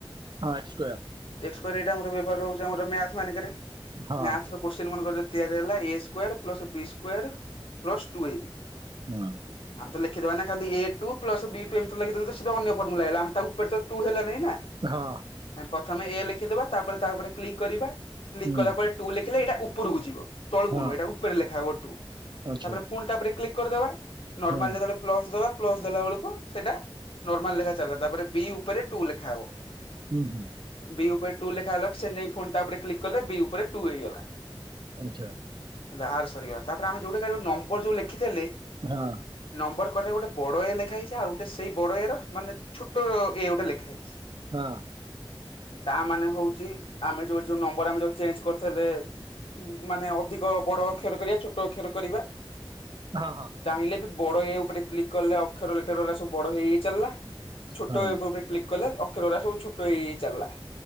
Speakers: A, on the right (about 55°); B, on the left (about 80°).
A: ହଁ ଏକ୍ସ୍ ସ୍କୋୟାର୍।
B: ଏକ୍ସ୍ ସ୍କୋୟାର୍ ଏଇଟା ଆମର ବ୍ୟଭାର ହଉଚି ଆମର ମ୍ୟାଥ୍ ମନଙ୍କରେ
A: ହଁ
B: ମ୍ୟାଥ୍ ର କୋତ୍ସିନ୍ ମନକରେ ଯଦି ତିଆରି ହେଲା A square plus B square plus two A B.
A: ନାଁ।
B: ଆମେତ ଲେଖିଦବା ନା ଖାଲି A two plus B two ଏମ୍ତି ଲେଖିଦଲେ ସ ସେତ ଅନ୍ୟ ଫର୍ମୁଲା ହେଇଗଲା ଆମେ ତା ଉପରେ ତ ଟୁ ହେଲା ନାଇଁ ନା।
A: ହଁ।
B: ଆମେ ପଥମେ ଏ ଲେଖିଦବା ତାପରେ ତାରେ କ୍ଲିକ୍ କରିବା କ୍ଲିକ୍
A: ହୁଁ
B: କଲା ପରେ ଟୁ ଲେଖିଲେ ଏଇଟା ଉପରକୁ ଯିବ ତଳକୁୁ
A: ହଁ
B: ନୁହେଁ ଏଇଟା ଉପରେ ଲେଖାହେବ ଟୁ
A: ଆଚ୍ଛା
B: ତାପରେ ଫୁଣି ତାରେ କ୍ଲିକ୍ କରିଦବା ନର୍ମାଲ୍
A: ହଁ
B: ଯେତେବେଳେ ପ୍ଲସ୍ ଦବା ପ୍ଲସ୍ ଦେଲା ବେଳକୁ ସେଇଟା ନର୍ମାଲ ଲେଖା ଚାଲିଲା ତାପରେ ବି ଉପରେ ଟୁ ଲେଖାହବ।
A: ହୁଁ ହୁଁ।
B: ବି ଉପରେ ଟୁ ଲେଖା ହେଲା ସେନ୍ ନାଗି ଫୋନ୍ ତା ଉପରେ କ୍ଲିକ୍ କଲେ ବି ଉପରେ ଟୁ ହେଇଗଲା।
A: ଆଚ୍ଛା।
B: ହେଲା ଆର୍ ସରିଗଲା ତାରେ ଆମେ ଯୋଉଟା ଯୋଉ ନମ୍ବର ଯୋଉ ଲେଖିଥିଲେ।
A: ହଁ।
B: ନମ୍ବର କଲେ ଗୋଟେ ବଡ ଏ ଲେଖା ହେଇଚି ଆଉ ଗୋଟେ ସେଇ ବଡ ଏ ର ମାନେ ଛୋଟ ଏ ଗୋଟେ ଲେଖା ହେଇଚି।
A: ହଁ।
B: ତା ମାନେ ହଉଚି ଆମେ ଯୋଉ ଯୋଉ ନମ୍ବର ଆମେ ଯୋଉ ଚେଞ୍ଜ କରିଥେଲେ। ଉ ମାନେ ଅଧିକ ବଡ ଅକ୍ଷର କରିବା ଛୋଟ ଅକ୍ଷର କରିବା।
A: ହଁ ହଁ।
B: ଚାହିଁଲେ ବି ବଡ ଏ ଉପରେ କ୍ଲିକ୍ କଲେ ଅକ୍ଷର ଲେଟର୍ ସବୁ ବଡ ହେଇ ହେଇ ଚାଲିଲା ଛୋଟ
A: ହଁ
B: ଏ ଉପରେ କ୍ଲିକ୍ କଲେ ଅକ୍ଷର ଅରା ସବୁ ଛୋଟ ହେଇ ହେଇ ଚାଲିଲା।